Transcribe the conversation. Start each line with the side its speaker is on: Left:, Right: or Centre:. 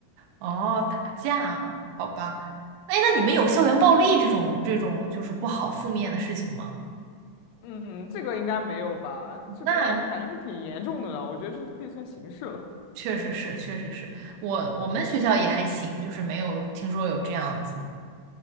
Right: 哦，打架，好吧，哎，那你们有校园暴力这种这种就是不好负面的事情吗？
Left: 嗯，这个应该没有吧？这个应该感觉还挺严重的呢，
Right: 那
Left: 我觉得这可以算刑事了。
Right: 确实是，确实是我我们学校也还行，就是没有听说有这样子。